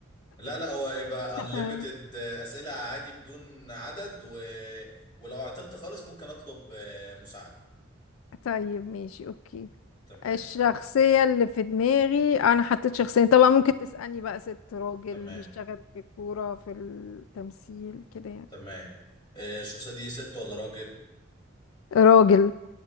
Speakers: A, on the left (about 25°); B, on the left (about 80°).
A: لا لا هو يبقى
B: <laughs>
A: unlimited آه، أسئلة عادي بدون عدد و... ولو عطلت خالص ممكن أطلب آه، مساعدة
B: طيب ماشي اوكي
A: تمام
B: الشخصية اللي في دماغي أنا حطيت شخصين طبعا ممكن تسألني بقى ست راجل
A: تمام
B: بيشتغل في الكورة في التمثيل كده يعني
A: تمام آه، الشخصية دي ست ولا راجل
B: راجل